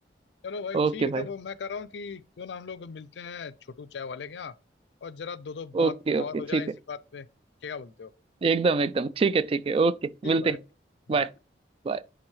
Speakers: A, on the left; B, on the right.
A: चलो भाई
B: ओके
A: ठीक है
B: भाई
A: तब मैं कह रहा हूँ कि क्यों ना हम लोग मिलते हैं छोटू चाय वाले के यहाँ और जरा दो दो बात
B: ओके
A: और
B: ओके
A: हो जाए
B: ठीक
A: इसी
B: है
A: बात पे क्या बोलते हो
B: एकदम एकदम ठीक है ठीक है ओके
A: ठीक
B: मिलते
A: है भाई
B: हैं
A: बाय
B: बाय बाय।